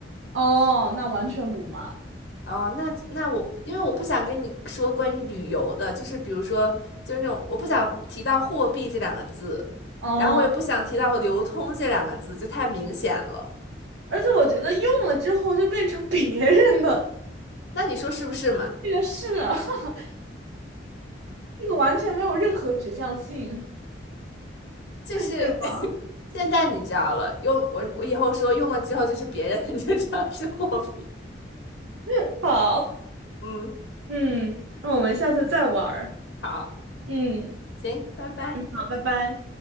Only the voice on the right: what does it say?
哦，那完全不嘛。
哦，
而且我觉得用了之后就变成别人的，
这个是啊 <laughs> 这个完全没有任何指向性，
对吧？
<laughs> 好，
嗯，那我们下次再玩儿
嗯，
好，拜拜。